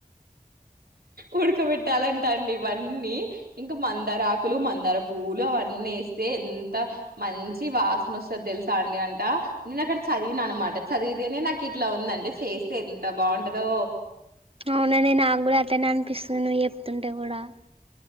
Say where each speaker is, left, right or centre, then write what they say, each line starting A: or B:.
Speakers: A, on the right; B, on the right.
A: ఉడకబెట్టాలా అండీ ఇవన్నీ ఇంకా మందారకులు మందార పువ్వులు అవన్నీ వేస్త ఎంత మం వచ్చి వాసన వస్తుంది తెలుసా అండి అంట నేను అక్కడ చదివిన అనమాట చదివితేనే నాకు ఇట్లా ఉందంటే చేస్తే ఎంత బాగుంటందో,
B: అవునఅండి నాకు కూడా అట్టనే అనిపిస్తుందివ్ చెప్తుంటే కూడా